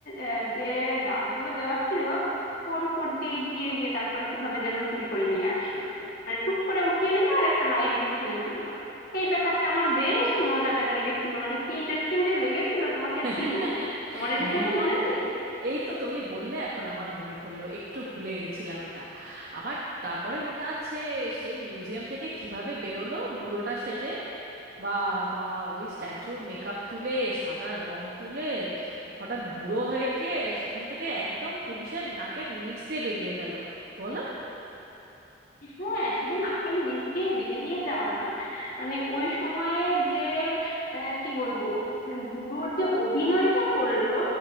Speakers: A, on the left; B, on the right.
A: আহ, যে দাগগুলো দেওয়া ছিল ওর উপর দিয়ে গিয়ে গিয়ে তারপর কিভাবে যেন চুরি করে নিয়ে আসলো মানে টুক করে উঠিয়ে নিল আর একটা লাইট গিয়ে ওখানে পড়লো এই ব্যাপারটা আমার বেশ মজাদার লেগেছিল মানে কি ইন্টারেস্টিং যে লেগেছিল তোমাকে আর
B: <laughs>
A: কি বলবো তোমার এই
B: হ্যাঁ
A: বিষয়টা মনে নেই
B: এই তো তুমি বললে এখন আমার মনে পড়লো একটু ভুলে গেছিলাম এটা আবার তারপরে মনে আছে সেই মিউজিয়াম থেকে কিভাবে বেরোলো বুড়োটা সেজে বাবা ওই স্ট্যাচুর মেকআপ তুলে সাদা রং তুলে হঠাৎ বুড়ো হয়ে গিয়ে সেখান থেকে একদম পুলিশের নাকের নিচ দিয়ে বেরিয়ে গেল বলো
A: হ্যাঁ শুধু নাকের নিচ দিয়ে বেরিয়ে যাওয়া না মানে ওই সময়ে যে আহ, কি বলবো মানে বুড়োর যে অভিনয়টা করলো